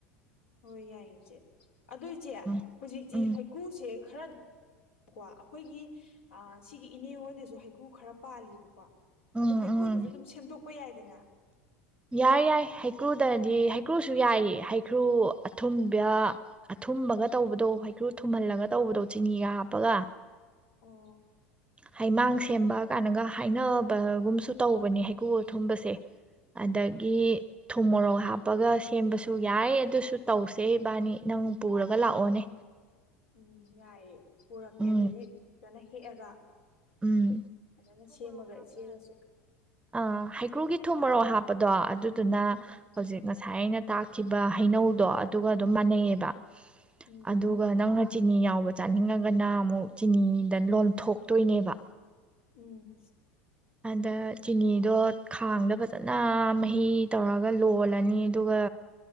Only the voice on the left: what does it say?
ꯍꯣꯏ ꯌꯥꯏꯌꯦ ꯏꯆꯦ ꯑꯗꯨꯏꯆꯦ
ꯍꯧꯖꯤꯛꯁꯦ
ꯍꯩꯀꯨꯁꯦ ꯈꯔ ꯀꯣ ꯑꯩꯈꯣꯏꯒꯤ ꯁꯤꯒꯤ ꯏꯅꯦ ꯍꯣꯏꯗꯁꯨ ꯍꯩꯀꯨ ꯈꯔ ꯄꯥꯜꯂꯤꯕꯀꯣ
ꯑꯗꯣ ꯍꯩꯀꯨꯗꯨꯁꯨ
ꯑꯗꯨꯝ ꯁꯦꯝꯗꯣꯛ ꯄꯄ ꯌꯥꯏꯗꯅ
ꯑꯣ
ꯍꯩꯃ
ꯎꯝ ꯌꯥꯏꯌꯦꯦ ꯄꯨꯔꯛꯀꯦ
ꯑꯗꯨꯗꯤ ꯆꯠꯅꯩ ꯍꯦꯛꯑꯒ
ꯑꯗꯨꯅ ꯁꯦꯝꯃꯒ ꯆꯦꯔꯁꯨ
ꯎꯝ
ꯎꯝ
ꯎꯝ